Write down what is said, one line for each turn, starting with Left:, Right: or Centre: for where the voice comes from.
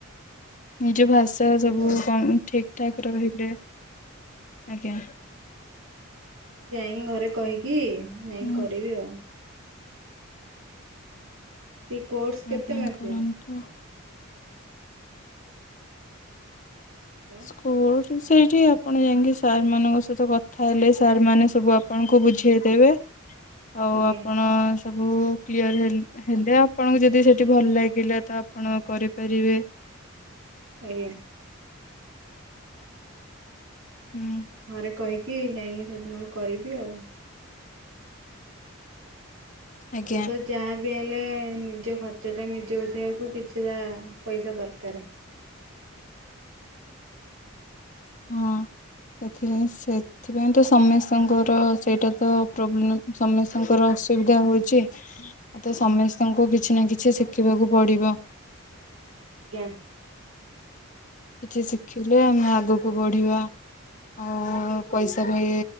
Left: ନିଜ ଭାଷା ସବୁ
Right: ଆଉ
Left: କମ ଠିକ୍। ଠାକ୍ ରହିଲେ ଆଜ୍ଞା।
Right: ଯାଇ ଘରେ କହିକି ନାଇଁ
Left: ହୁଁ
Right: କରିବି ଆଉ ଟି କୋର୍ସ କେତେ
Left: ଆଜ୍ଞା
Right: ମାସିଆ?
Left: କରନ୍ତୁ।
Right: ହ୍ୟାଲୋ
Left: ସ୍କୁଲ୍ ସେଇଠି ଆପଣ ଯାଇକି ସାରମାନଙ୍କ ସହିତ କଥାହେଲେ ସାରମାନେ ସବୁ ଆପଣଙ୍କୁ ବୁଝେଇ ଦେେବେ। ଆଉ
Right: ଆଜ୍ଞା
Left: ଆପଣ ସବୁଉଉ କ୍ଲିଅର ହେଲ୍ ହେଲେ ଆପଣଙ୍କୁ ଯଦି ସେଠି ଭଲ ଲାଗିଲା ତ ଆପଣ କରିପାରିବେ।
Right: ଆଜ୍ଞା। ହଁ
Left: ହୁଁ
Right: ମୁଁ ଘରେ କହି କି ନାଇଁ ସେଠି ନହେଲେ କରିବି ଆଉ
Left: ଆଜ୍ଞା
Right: ଏବେ ତ ଯାହା ବି ଆ ଲେ ନିଜ ଖର୍ଚ୍ଚଟା ନିଜେ ଉଠେଇବାକୁ କିଛିଟା ପଇସା ଦରକାର।
Left: ହଁ ସେଥିଲାଗି ସେଥିପାଇଁ ତ ସମସ୍ତଙ୍କର ସେଇଟା ତ ପ୍ରୋବ୍ଲେମ୍ ସମସ୍ତଙ୍କର ଅସୁବିଧା ହଉଛି ଆଉତ ସମସ୍ତଙ୍କୁ କିଛି ନା କିଛି ଶିଖିବାକୁ ପଡିବ।
Right: ଆଜ୍ଞା।
Left: କିଛି ଶିଖିଲେ ଆମେ ଆଗକୁ ବଢିବା, ଆଉ ପଇସା ବି